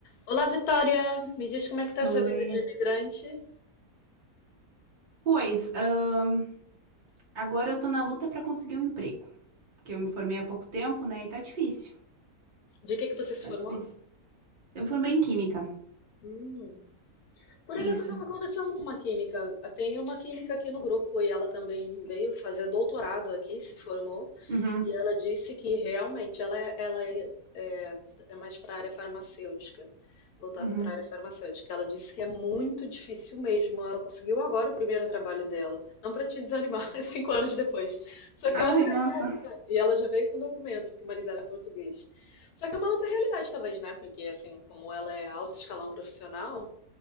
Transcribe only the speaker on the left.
Olá, Vitória! Me diz como é que tá essa
vida de imigrante?
De que que você se
formou?
Hum. Por
acaso eu estava conversando com uma química. Tem uma química aqui no grupo e ela também veio fazer doutorado aqui, se formou,
e ela disse que realmente ela, é- ela é, é- é mais para a área farmacêutica, voltada
para a área farmacêutica. Ela disse que é muito difícil mesmo. Ela conseguiu agora o primeiro trabalho dela. Não para te desanimar, <laughs> mas cinco anos depois. Só que
é outra
realidade. E ela já veio com documento, porque o marido dela é português. Só que é uma outra realidade, talvez, né? Porque, assim, como ela é alto escalão profissional,